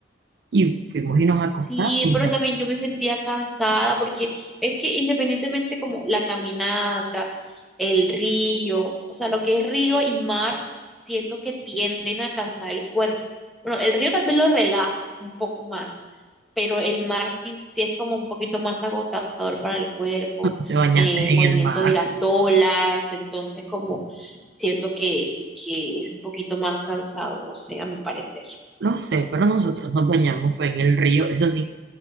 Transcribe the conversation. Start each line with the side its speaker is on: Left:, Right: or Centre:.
Right: y fuimos y nos acostamos.
Centre: Sí, pero
Right: ya.
Centre: también yo me sentía cansada porque es que independientemente como la caminata, el río, o sea, lo que es río y mar, siento que tienden a cansar el cuerpo. Bueno, el río tal vez lo relaja un poco más, pero el mar sí, sí es como un poquito más agotador para el cuerpo,
Right: ¿Tú te bañaste
Centre: eh,
Right: en
Centre: el movimiento
Right: el mar?
Centre: de las olas, entonces como siento que, que es un poquito más cansado, no sé, a mi parecer.
Right: No sé, pero nosotros nos bañamos, fue en el río, eso sí,